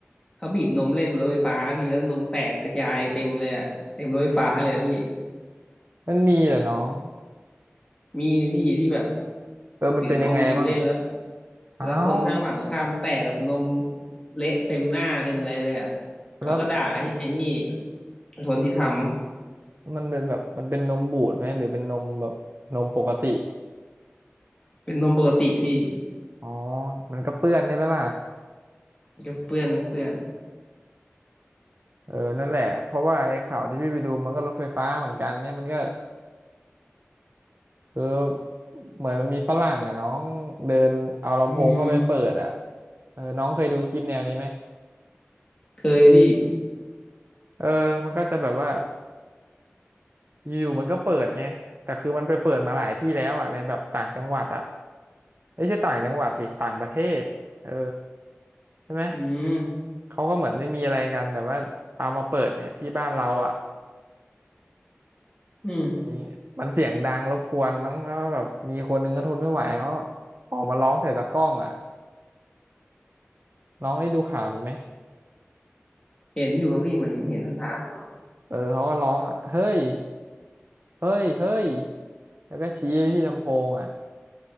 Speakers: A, on the left; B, on the right.
A: เขาบีบนมเล่นบนรถไฟฟ้าพี่แล้วนมแตกกระจายเต็มเลยอะเต็มรถไฟฟ้าเลยอะพี่
B: มันมีแหละน้อง
A: มีพี่ที่แบบ
B: เออมันเป็นยังไงบ้าง
A: ถือนมบีบเล่นแล้ว
B: อ้าว
A: แล้วคนนั่งฝั่งตรงข้ามแตกกับนมเละเต็มหน้าเต็มอะไรเลยอ่ะเขาก็ด่าไอ้ไอ้นี่
B: แล้ว
A: คนที่ทำ
B: มันเป็นแบบมันเป็นนมบูดไหมหรือเป็นนมแบบนมปกติ
A: เป็นนมปกติพี่
B: อ๋อมันก็เปื้อนใช่ไหมล่ะ
A: ก็เปื้อนก็เปื้อน
B: เออนั่นแหละเพราะว่าไอ้ข่าวที่พี่ไปดูมันก็รถไฟฟ้าเหมือนกันเนี่ยมันก็คือเหมือนมันมีฝรั่งอ่ะน้องเดินเอาลำโพงเข้าไปเปิดอ่ะ
A: อืม
B: เออน้องเคยดูคลิปแนวนี้ไหม
A: เคยพี่
B: เออมันก็จะแบบว่าอยู่ๆมันก็เปิดไงแต่คือมันไปเปิดมาหลายที่แล้วอ่ะในแบบต่างจังหวัดอ่ะ ไม่ใช่ต่างจังหวัดสิต่างประเทศเออใช่ไหม
A: อืม
B: เขาก็เหมือนไม่มีอะไรกันแต่ว่าเอามาเปิดเนี่ยที่บ้านเราอ่ะ
A: อืม
B: มีมันเสียงดังรบกวนมั้งแล้วแบบมีคนหนึงก็ทนไม่ไหวเขาออกมาร้องใส่ตะกร้องอ่ะน้องได้ดูข่าวนี้ไหม
A: เห็นอยู่ครับพี่มันเห็นเห็นผ่านๆอยู่ครับ
B: เออเขาก็ร้องอ่ะเฮ้ยเฮ้ยเฮ้ยแล้วก็ชี้ไปที่ลำโพงอ่ะ